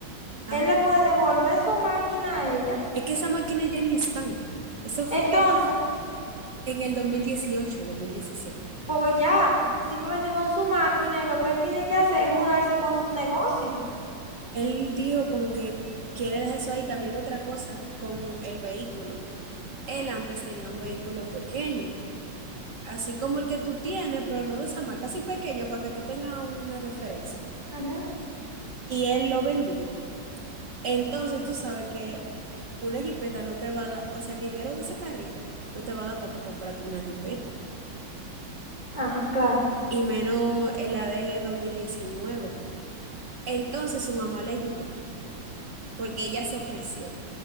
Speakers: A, on the right; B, on the left.
A: ajá,
B: él le puede devolver su máquina a ella.
A: es que esas máquinas ya ni están. Eso fue
B: Entonces,
A: en el dos dos mil dieciocho, dos mil diecisiete.
B: pues ya, simplemente son su máquina y lo que él tiene que hacer es mudarse con su negocio.
A: Él dijo como que quiere dejar eso ahí. También otra cosa con el vehículo. Él antes tenía un vehículo pequeño así como el que tú tienes, pero no de esa marca, así pequeño para que tú tengas una referencia.
B: Ajá.
A: Y él lo vendió. Entonces tú sabes que una jipeta no te va a dar, o sea, el dinero de ese carrito no te va a dar para tú comprarte una jipeta.
B: Ajá, claro.
A: Y menos el A D L dos mil diecinueve Entonces su mamá le ayudó, porque ella se ofreció